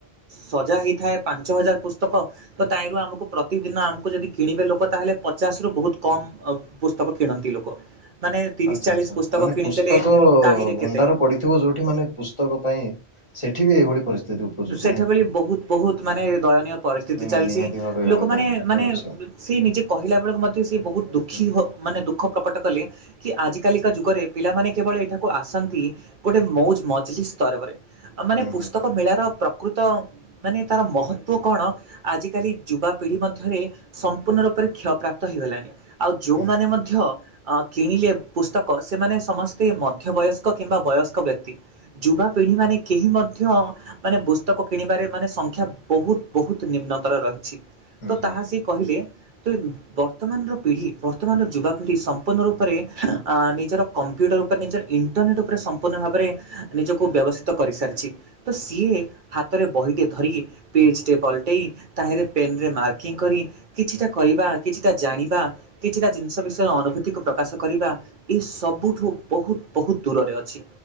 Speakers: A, on the right; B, on the left.
A: ସଜା ହେଇଥାଏ ପାଞ୍ଚ ହଜାର ପୁସ୍ତକ ତ ତାଇରୁ ଆମକୁ ପ୍ରତିଦିନ ଆମକୁ ଯଦି କିଣିବେ ଲୋକ ତାହେଲେ ପଚାଶ ରୁ ବହୁତ କମ ପୁସ୍ତକ କିଣନ୍ତି ଲୋକ ମାନେ ତିରିଶ
B: ଆଚ୍ଛା
A: ଚାଳିଶ
B: ଆଚ୍ଛା
A: ପୁସ୍ତକ
B: ମାନେ
A: କିଣିଦେଲେ
B: ପୁସ୍ତକ
A: କାହିଁରେ
B: ଭଣ୍ଡାର
A: କେତେ।
B: ପଡିଥିବ ଯୋଉଠି ମାନେ ପୁସ୍ତକ ପାଇଁ ସେଠି ବି ଏଇଭଳି ପରିସ୍ଥିତି ଉପୁଜୁଛି
A: ସେଠା
B: ନାଇଁ
A: ଭଳି
B: କି?
A: ବହୁତ ବହୁତ ମାନେ ଦୟନୀୟ ପରିସ୍ଥିତି
B: ନାଇଁ
A: ଚାଲିଛି।
B: ନା ନିହାତି ଭାବେ
A: ଲୋକମାନେ
B: ଦୁ ଦୁଃଖର
A: ମାନେ
B: ବିଷୟ
A: ସିଏ ନିଜେ କହିଲା ବେଳକୁ ମଧ୍ୟ ସେ ବହୁତ
B: ହୁଁ
A: ଦୁଃଖୀ
B: ହୁଁ
A: ମାନେ ଦୁଃଖ ପ୍ରକଟ କଲେ କି ଆଜିକାଲିକା ଯୁଗରେ ପିଲାମାନେ କେବଳ ଏଠାକୁ ଆସନ୍ତ ନ୍ତି ଗୋଟେ ମଉଜ ମଜଲିସ୍ ସ୍ତରେ ବରେ। ମାନେ
B: ହୁଁ
A: ପୁସ୍ତକ
B: ହୁଁ
A: ମେଳାର ପ୍ର ପ୍ରକୃତ ମାନେ ତାର ମହତ୍ତ୍ୱ କଣ ଆଜିକାଲି ଯୁବାପିଢ଼ି ମଧ୍ୟରେ ସମ୍ପୂର୍ଣ୍ଣ ରୂପରେ କ୍ଷୟ ପ୍ରାପ୍ତ ହେଇଗଲାଣି। ଆଉ ଯୋଉମାନେ
B: ହୁଁ ହୁଁ
A: ମଧ୍ୟ କିଣିଲେ ପୁସ୍ତକ ସେମାନେ ସମସ୍ତେ ମଧ୍ୟବୟସ୍କ କିମ୍ବା ବୟସ୍କ ବ୍ୟକ୍ତି। ଯୁବାପିଢ଼ିମାନେ କେହି ମଧ୍ୟ ମାନେ ପୁସ୍ତକ କିଣିବାରେ ମାନେ ସଂଖ୍ୟା ବହୁତ ବହୁତ ନିମ୍ନତର ରହିଛି।
B: ହୁଁ
A: ତ
B: ହୁଁ
A: ତାହା
B: ହୁଁ
A: ସିଏ କହିଲେ ତୁ ବର୍ତ୍ତମାନର ପିଢ଼ି ବର୍ତ୍ତମାନର ଯୁବାପିଢ଼ି ସମ୍ପୂର୍ଣ୍ଣ ରୂପରେ ଆ ନିଜର କମ୍ପ୍ୟୁଟର ଉପରେ ନିଜର ଇ ଇଣ୍ଟରନେଟ୍ ଉପରେ ସମ୍ପୂର୍ଣ୍ଣ ଭାବରେ ନିଜକୁ ବ୍ୟବସ୍ଥିତ କରିସାରିଛି। ତ ସିଏ ହାତରେ ବହିଟେ ଧରି ପେଜ୍ଟେ ପଲଟେଇ ତାହିରେ ପେନ୍ ରେ ମାର୍କିଂ କରି କିଛିଟା କରିବା କିଛିଟା ଜାଣିବା କିଛିଟା ଜିନିଷ ବିଷୟରେ ଅନୁଭୂତିକୁ ପ୍ରକାଶ କରିବା ଏ ସବୁଠୁ ବହୁତ ବହୁତ ଦୂରରେ ଅଛି।